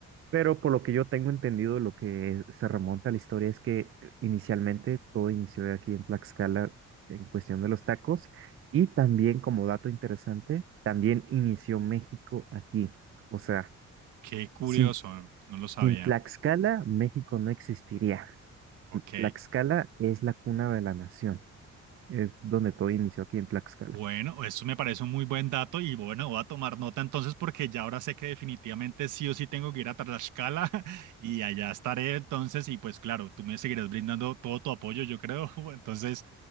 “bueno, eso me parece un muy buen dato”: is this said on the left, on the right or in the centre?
Right